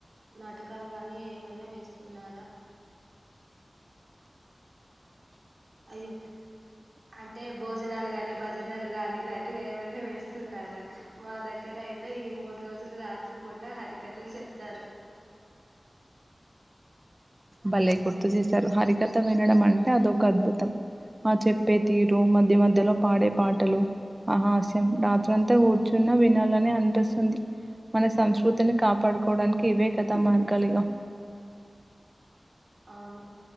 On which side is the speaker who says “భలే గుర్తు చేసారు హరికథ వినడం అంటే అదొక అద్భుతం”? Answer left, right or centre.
Right